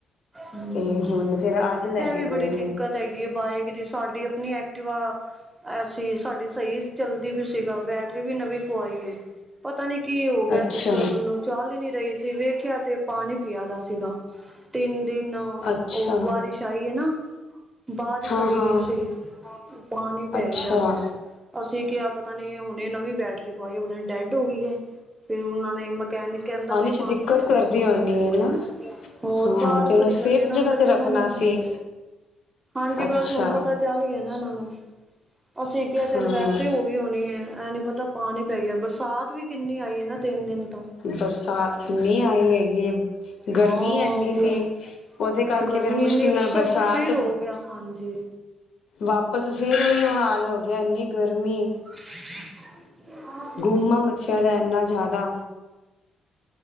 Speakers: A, on the right; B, on the left.
A: ਹੂੰ
B: ਤੇ ਹੁਣ ਫੇਰ ਅੱਜ ਜ ਲੈ
A: ਇਹ
B: ਕੇ
A: ਵੀ
B: ਗਏ
A: ਬੜੀ
B: ਨੇ।
A: ਦਿੱਕਤ ਹੈਗੀ ਐ ਬਾਈਕ ਦੀ ਸਾਡੀ ਆਪਣੀ ਐਕਟਿਵਾ ਐਸੀ ਸਾਡੀ ਸਹੀ ਚੱਲਦੀ ਵੀ ਸੀਗਾ ਬੈਟਰੀ ਵੀ ਨਵੀਂ ਪਵਾਈ ਏ। ਪਤਾ ਨੀ ਕੀ ਹੋ ਗਿਆ
B: ਅੱਛਾ।
A: ਦਿੱਕਤ ਉਹਨੂੰ। ਚੱਲ ਹੀ ਨੀ ਰਹੀ ਸੀ, ਵੇਖਿਆ ਤੇ ਪਾਣੀ ਪਿਆ ਦਾ ਸੀਗਾ, ਤਿੰਨ ਦਿਨ ਉਹ
B: ਅੱਛਾ
A: ਬਾਰਿਸ਼ ਆਈ ਐ ਨਾ। ਬਾਹਰ ਹੀ
B: ਹਾਂ
A: ਖੜੀ
B: ਹਾਂ
A: ਗਈ ਸੀ, ਓ ਪਾਣੀ ਪੈ
B: ਅੱਛਾ
A: ਗਿਆ ਬਸ। ਅਸੀਂ ਕਿਹਾ ਪਤਾ ਨੀ ਹੁਣੇ ਨਵੀਂ ਬੈਟਰੀ ਪਵਾਈ ਐ, ਪਤਾ ਨਹੀ ਡੈਡ ਹੋ ਗਈ ਏ, ਫੇਰ ਉਹਨਾਂ ਨੇ ਮਕੈਨਿਕ ਕਹਿੰਦਾ ਵੀ
B: 'ਚ ਦਿੱਕਤ
A: ਪਾਣੀ ਪੈ
B: ਕਰਦੀ
A: ਗਿਆ ਤੁਹਾਡੀ
B: ਹੋਣੀ
A: ਗੱਡੀ,
B: ਹੈ ਨਾ।
A: ਹੋਰ
B: ਹਾਂ
A: ਬਾਹਰ
B: ਤੇ ਉਹਨੂੰ
A: ਖੜੀ
B: ਸੇਫ
A: ਕਰਨੇ ਨਾ ਅੰਦਰ
B: ਤੇ ਰੱਖਣਾ
A: ਜਗ੍ਹਾ ਨੀ ਹੁੰਦੀ,
B: ਸੀ
A: ਹਾਂਜੀ
B: ਅੱਛਾ
A: ਬਸ ਹੁਣ ਪਤਾ ਚੱਲ ਗਿਆ ਨਾ ਇਹਨਾਂ ਨੂੰ। ਅਸੀਂ ਕਿਹਾ ਚੱਲ
B: ਹਾਂ।
A: ਵੈਸੇ ਹੋ ਗਈ ਹੋਣੀ ਐ ਇਹ ਨੀ ਪਤਾ ਪਾਣੀ ਹੀ ਪੈ ਗਿਆ, ਬਰਸਾਤ ਵੀ ਕਿੰਨੀ ਆਈ ਐ ਨਾ ਤਿੰਨ ਦਿਨ ਤੋਂ।
B: ਬਰਸਾਤ ਕਿੰਨੀ ਆਈ ਹੈਗੀ, ਗਰਮੀ
A: ਹਾਂ
B: ਇੰਨੀ
A: ਵੋ
B: ਸੀ। ਉਹਦੇ ਕਰਕੇ
A: ਗਰਮੀ
B: ਫਿਰ ਮੁਸ਼ਕਿਲ
A: ਨੀ
B: ਨਾਲ
A: ਸਗੋਂ
B: ਬਰਸਾਤ,
A: ਫਿਰ ਹੋ ਗਿਆ ਹਾਂਜੀ
B: ਵਾਪ ਬਸ ਫਿਰ ਉਹੀ ਉਹ ਹਾਲ ਹੋ ਗਿਆ, ਇੰਨੀ ਗਰਮੀ
A: ਹਮ
B: ਉਮਾ ਮੱਚਿਆ ਦਾ ਇੰਨਾ ਜ਼ਿਆਦਾ